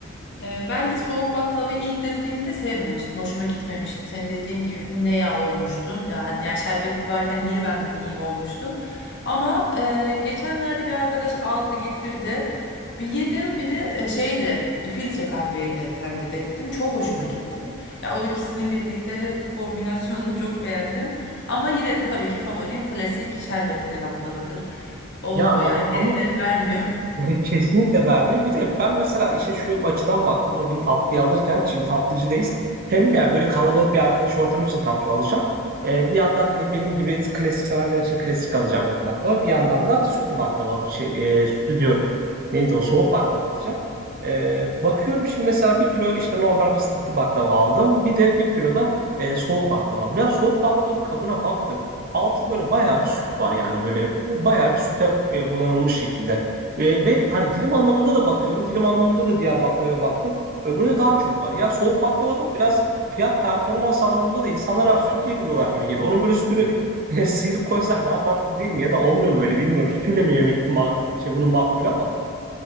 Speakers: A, on the left; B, on the right.
A: Ee, Ben de soğuk baklavayı ilk denediğimde sevmemiştim. Hoşuma gitmemişti. Senin dediğin gibi bu ne ya olmuştum. Yani, yani şerbetli varken niye ben bunu yiyeyim olmuştum. Ama e, geçenlerde bir arkadaş aldı getirdi. Bir yedim bir de e, şeyle e, filtre kahveyle hem de denedim. Çok hoşuma
B: Hmm.
A: gitti. Ya o ikisinin birlikte kombinasyonunu çok beğendim. Ama yine de tabii ki favorim klasik şerbetli baklavadır. Olmuyor
B: Ya
A: yani
B: a- ama
A: yerini vermiyor. <laughs>
B: E, Kesinlikle vermiyor. Bir de ben mesela işe şu açıdan baktım. O gün tatlıyı alırken şimdi tatlıcıdayız. Hem yani böyle kalabalık bir arkadaş ortamı için tatlı alacağım. E, bir yandan hani benim gibi klasik sevenler için klasik alacağım böyle baklava. Bir yandan da sütlü baklava alacağım. Şey, e, sütlü diyorum. Neydi o soğuk baklava alacağım. E, bakıyorum şimdi mesela bir kilo işte normal fıstıklı baklava aldım. Bir de bir kilo da e, soğuk baklava aldım. Ya soğuk baklavanın kabına baktım. Altı böyle bayağı bir süt var yani böyle. Bu bayağı bir süte e, bulanılmış şekilde. E, ve hani dilim anlamında da bakıyorum. Dilim anlamında da diğer baklavaya baktım. Öbüründe daha çok var. Ya soğuk baklava biraz fiyat performans anlamında da insanlara süt yediriyorlar gibi geliyor. Onun böyle sütünü <laughs> e, sıyırıp koysalar daha mantıklı değil mi? Ya da olmuyor mu öyle bilmiyorum. Sütüyle mi yemek ma- şey bunun makbul ama